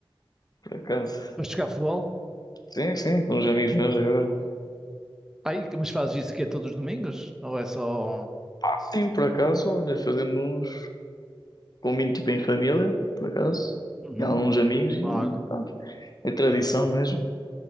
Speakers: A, on the left; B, in the centre.
A: por acaso.
B: Vais jogar futebol?
A: Sim, sim, com uns amigos meus agora.
B: Aí, mas fazes isso que é todos os domingos? Ou é só.
A: Ah, sim, por acaso, olha, fazemos combino tipo em família, por acaso,
B: Uhum.
A: e alguns amigos e
B: Olha,
A: pá, é tradição mesmo.